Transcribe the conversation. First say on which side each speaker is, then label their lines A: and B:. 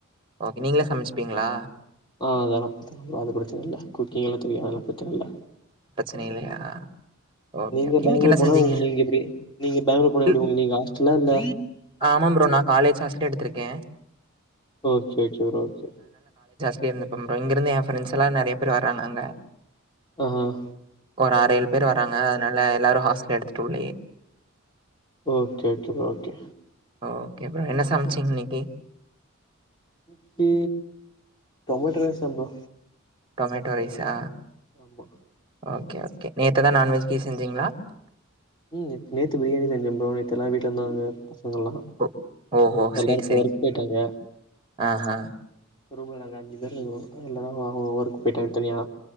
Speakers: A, on the right; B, on the left.
A: ஓகே. நீங்களே சமைச்சுப்பீங்களா?
B: ஆஹ் அதல்ல அது பிரச்சன இல்ல குக்கிங்கலா தெரியு அதுலாம் பிரச்சன இல்ல
A: பிரச்சனை இல்லையா? ஓகே,
B: நீங்க
A: ஓகே.
B: பேங்களூர்
A: இன்னைக்கு என்ன
B: போனா
A: செஞ்சீங்க?
B: உ நீங்க எப்படி நீங்க பேங்களூர் போனா எப்படி
A: இல்
B: உங்க நீங்க ஹாஸ்டல்லா இல்ல
A: ஆமா ப்ரோ. நான் காலேஜ் ஹாஸ்டலே எடுத்திருக்கேன்
B: ஓகே ஓகே ப்ரோ ஓகே
A: லே இருந்துப்பன் ப்ரோ இங்க இருந்து என் ப்ரண்ட்ஸ்லாம் நெறையா பேர் வராங்க அங்க
B: ம் ஹ்
A: ஒரு ஆறு ஏல் பேர் வராங்க அதனால எல்லாரும் ஹாஸ்டல் எடுத்துட்டு உள்ளயே
B: okay okay bro okay
A: okay bro என்ன சமச்சிங்க இன்னிக்கு
B: க்கி டொமேட்டோ ரைஸ்தா ப்ரோ
A: டொமேட்டோ ரைசா
B: ஆமா
A: ஓகே ஓகே நேத்துதான் நான்வெஜ்கீ செஞ்சீங்களா
B: உம் நேத்து நேத்து பிரியாணி செஞ்சோ ப்ரோ நேத்து எல்லா வீட்டு்ல இருந்தாங்க பச ங்கலா
A: ஓ ஓஹோ!
B: எல்லாரும்
A: சரி,
B: இப்ப
A: சரிங்க.
B: ஒர்க் போயிட்டாங்க
A: ஆஹா.
B: ரொம்ப நல்லாந்து <unintelligible> எல்லாரு அவ்ங்கவங்க ஊருக்கு போயிட்டாங்க தனியா